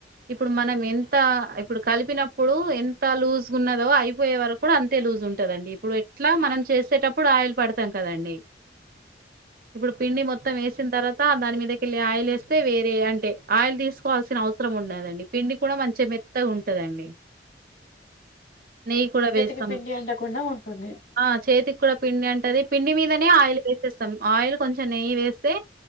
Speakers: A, on the right (about 50°); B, on the left (about 70°).
A: ఇప్పుడు మన ఎంత ఇప్పుడు కలిపినప్పుడు ఎంత లూజ్ ఉన్నదో అయిపోయే వరకు కూడా అంతే లూజ్ ఉంటదండి ఇప్పుడు ఎట్లా మనం చేసేటప్పుడు ఆయిల్ పడతాన్ టా అండి ఇప్పుడు పిండి మొత్తం వేసిన తర్వాత దాని మీదకిెళ్ళి ఆయిల్ వేస్తే అంటే ఆయిల్ తీసుకోవాల్సిన అవసరం ఉండదండి పిండి కూడా మంచిగా మెత్తగా ఉంటదండి నెయ్యి కూడా
B: చేతికి
A: వేస్తాం
B: పిండి అంటకుండా ఉంటుంది
A: ఆ చేతికి కూడా పిండి అంట్ అదే పిండి మీదనే ఆయిల్ వేసేస్తాం ఆయిల్ కొంచెం నెయ్యి వేస్తే